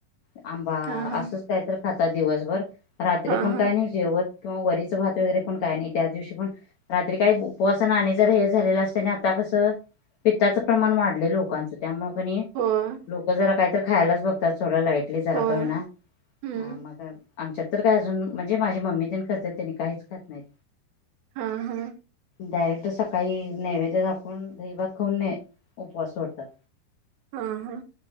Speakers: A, on the left (about 85°); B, on the right (about 75°).
A: आंबा
B: हा हा
A: असंच काय तर खातात दिवसभर रात्री
B: हा
A: पण
B: हा
A: काही नाही जेवत किंवा वरीच भात वगैरे पण काय नाही त्या दिवशी पण रात्री काही उपवासना आणि जर हे झालेलं असत ता कस पित्ताच प्रमाण वाढलं लोकांच त्यामुळे
B: होय
A: लोक जरा काही तर खायलाच बघतात थोडं लाईटली जरा
B: होय
A: काना
B: हम्म
A: मग आमच्यात तर काय अजून म्हणजे माझी मम्मी त्यांनी खात त्यांनी काहीच खात नाहीत
B: हा हा
A: डायरेक्ट सकाळी नैवेद्य झाकून दहीभात खाऊन न उपवास सोडतात
B: हा हा